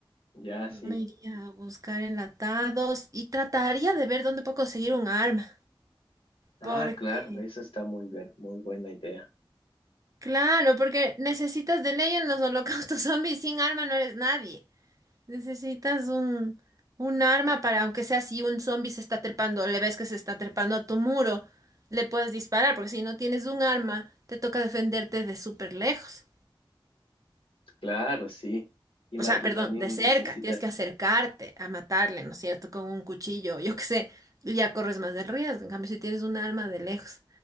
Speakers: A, on the left; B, on the right.
A: <laughs> ya sí.
B: Me iría a buscar enlatados y trataría de ver dónde puedo conseguir un arma,
A: Ah,
B: porque
A: claro, eso está muy bien, muy buena idea.
B: Claro, porque necesitas de ley en los holocaustos <laughs> zombies, sin arma no eres nadie. Necesitas un, un arma para, aunque sea si un zombie se está trepando, le ves que se está trepando a tu muro, le puedes disparar, porque si no tienes un arma, te toca defenderte de súper lejos.
A: Claro, sí. Y,
B: O
A: ma-
B: sea,
A: y
B: perdón,
A: también
B: de cerca,
A: necesitas,
B: tienes que acercarte a matarle, ¿no es cierto? Con un cuchillo, yo qué sé, y ya corres más de riesgo. En cambio, si tienes un arma de lejos.